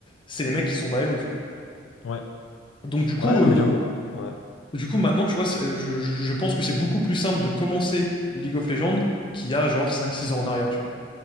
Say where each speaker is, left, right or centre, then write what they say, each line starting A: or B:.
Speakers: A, on the left; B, on the left.
A: c'est les mecs qui sont bas elo, tu vois.
B: Ouais.
A: Donc, du coup,
B: Ouais, non,
A: euh,
B: mais j'avoue. ah, Ouais.
A: du coup maintenant, tu vois, c'est- je, je- je pense que c'est beaucoup plus simple de commencer League of Legends qu'il y a, genre, cinq six ans en arrière, tu vois.